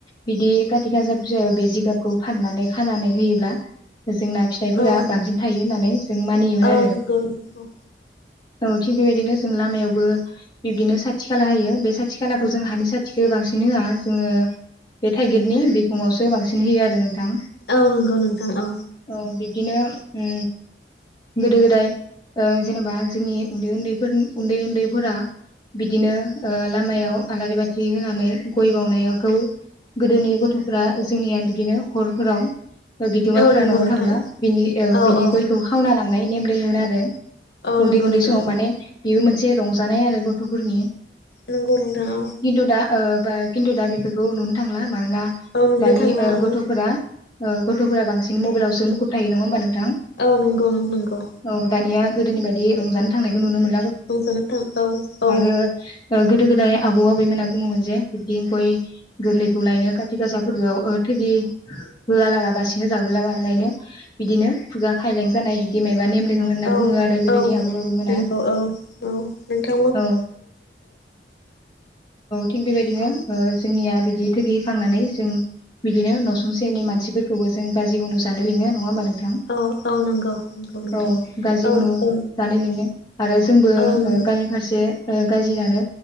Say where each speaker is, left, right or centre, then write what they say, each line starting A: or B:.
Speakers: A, on the left (about 25°); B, on the left (about 70°).
A: बिदि काति गाजा पुजायाव बे जिगाबखौ फानना नै खानानै होयोब्ला जोंना फिथाइफोरा
B: औ
A: बांसिन थायो होननानै जों मानियोमोन
B: औ
A: आरो
B: नंगौ नोंथां
A: औ थिग बेबायदिनो जों लामायावबो बिबदिनो सा थि खाला होयो बे साथि खालाखौ जों हानि साथिखो बांसिन होआ जोङो बे थाइगिरनि बिखुङावसो बांसिन होयो आरो नोंथां
B: औ नंगौ नोंथां औ
A: ओ बिद दिनो उम गोदो गोदाय ओ जेनेबा जोंनि उन्दै उन्दैफोर उन्दै उन्दैफोरा बिदिनो ओ लामायाव आलारि बाथि होनानै गय बावनायावखौ गोदोनि गथ'फोरा जोंनिया बिदिनो हरफोराव बिगोमाफोरा
B: औ नंगौ
A: न'आव
B: नोंथां
A: थांब्ला बिनि ओ
B: औ
A: बिनि
B: औ
A: गयखौ खावना ला
B: औ
A: उन्दै
B: नंगौ
A: उन्दै
B: नोंथां
A: समाव माने बेबो मोनसे रंजानाय आरो गथ'फोरनि
B: नोंगौ नोंथां औ
A: खिन्थु दा ओ बा खिन्थु दा बेफोरखौ नुनो थांला मानोना
B: औ नुनो
A: दानि
B: थांला
A: ओ गथ'फोरा
B: औ
A: औ गथ'फोरा बांसिन मबाइलावसो मुखुब थायो नङा होमबा नोंथां?
B: औ नंगौ नंगौ
A: औ दानिया गोदोनि बायदि रंजानो थांनायखौ नुनो मोन
B: रंजानो थां औ औ
A: आरो ओ गो दो गोदाय आबौ आबैमोना बुङोमोन जे बिब्दि गय गोरलैखौ लायनो काति गासा फोरबोआव ओ थैगि <unintelligible> होआला लाबासिनो जाबुला ला-लायनो बिदिनो खुगा खायलें जानाय बिदि मे <unintelligible> नेम दोंङोमोनना
B: औ
A: बुङो आरो गोदोनि
B: औ
A: आबौ आबैमोना।
B: नंगौ औ औ नोंथांथो
A: औ थिग बेबायदिनो
B: औ
A: ओ जों निया बिदि थोगि होखांनानै जों बिदिनो न'सुं सेरनि मानसिफोरखौबो जों गाजि उनु जानो लिङो नङा ओमबा नों थां
B: औ औ नंगौ नंगौ नोंथां
A: औ गाजि
B: औ
A: उनु
B: औ
A: जानो लिङो आरो जोंबो ओ
B: औ नंगौ
A: गामि फारसे ओ गाजि जानो